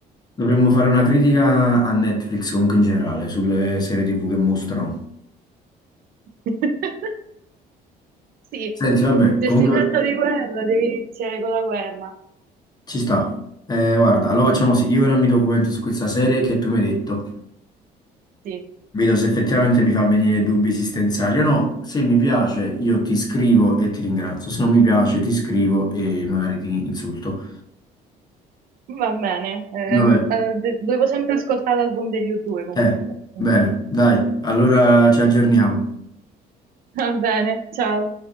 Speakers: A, on the left (about 25°); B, on the right (about 60°).
A: Dovremmo fare una critica a Netflix comunque in generale, sulle serie TV che mostrano.
B: <laughs> Sì,
A: Senti, vabbè,
B: se
A: comunque
B: si tratta di guerra, devi iniziare con la guerra.
A: Ci sta. Eh, guarda, allora facciamo così. Io ora mi documento su questa serie che tu mi hai detto.
B: Sì,
A: Vedo se effettivamente mi fa venire dubbi esistenziali o no. Se mi piace, io ti scrivo e ti ringrazio. Se non mi piace, ti scrivo e magari ti insulto.
B: va bene. Ehm,
A: Vabbè.
B: eh, de- devo sempre ascoltare l'album degli U2 comunque.
A: Eh,
B: Quindi,
A: bene, dai, allora ci aggiorniamo.
B: Va bene, ciao.